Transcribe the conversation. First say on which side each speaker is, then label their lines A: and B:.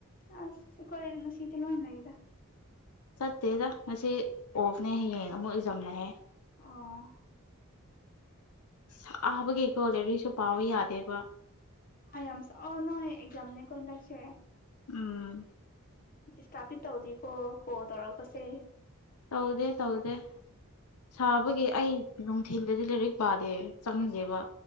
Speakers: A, on the left; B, on the left.
A: ꯑꯁ ꯑꯩꯈꯣꯏꯗꯤ ꯉꯥꯁꯤꯇ ꯂꯣꯏ ꯂꯩꯗ꯫
B: ꯆꯠꯇꯦꯗ ꯉꯁꯤ ꯑꯣꯐꯅꯦ ꯍꯌꯦꯡ ꯑꯃꯨꯛ ꯑꯦꯛꯖꯥꯝ ꯂꯩꯌꯦ꯫
A: ꯑꯣ꯫
B: ꯁꯕꯒꯤꯀꯣ ꯂꯩꯔꯤꯛꯁꯨ ꯄꯥꯕ ꯌꯥꯗꯦꯕ꯫
A: ꯑꯩ ꯌꯥꯝꯁ ꯑꯣ ꯅꯣꯏ ꯑꯦꯛꯖꯝꯅꯤ ꯀꯣ ꯍꯟꯗꯛꯁꯦ꯫
B: ꯎꯝ꯫
A: ꯗꯤꯁꯇ꯭ꯔꯛꯇꯤ ꯇꯧꯗꯤꯀꯣ ꯀꯣꯜ ꯇꯧꯔꯛꯄꯁꯦ꯫
B: ꯇꯧꯗꯦ ꯇꯧꯗꯦ꯫ ꯁꯥꯕꯒꯤ ꯑꯩ ꯅꯨꯡꯊꯤꯟꯗꯗꯤ ꯂꯥꯏꯔꯤꯛ ꯄꯥꯗꯦ ꯆꯪꯗꯦꯕ꯫